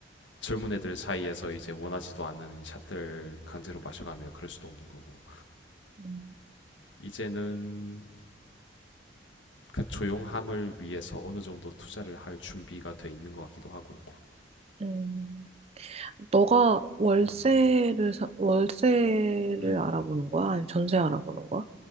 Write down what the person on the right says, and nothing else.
음.
음. 너가 월세를
사, 월세를
알아보는 거야? 아니면 전세 알아보는 거야?